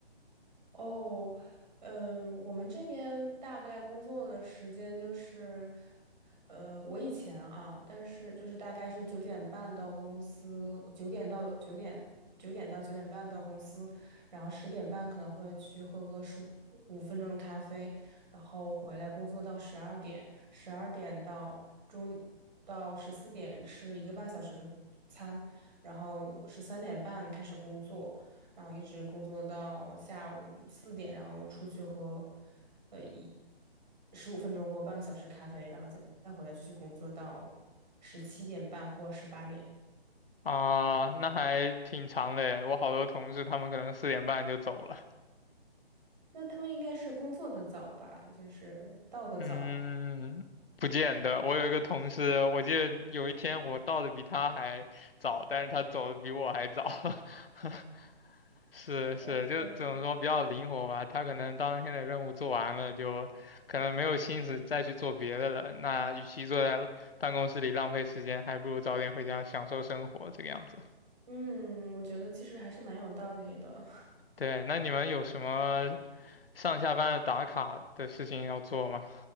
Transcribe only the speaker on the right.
哦，嗯，我们这边大概工作的时间就是，呃，我以前啊，但是就是大概是九点半到公司，九点到九点，九点到九点半到公司，然后十点半可能会去喝个十五分钟的咖啡，然后回来工作到十二点，十二点到中到十四点吃一个半小时的餐，然后十三点半开始工作。然后一直工作到下午四点，然后出去喝呃一十五分钟或半个小时咖啡，然后再再回来继续工作到十七点半或十八点。
那他们应该是工作的早吧，就是到的早。
OK，
嗯，我觉得其实还是蛮有道理的。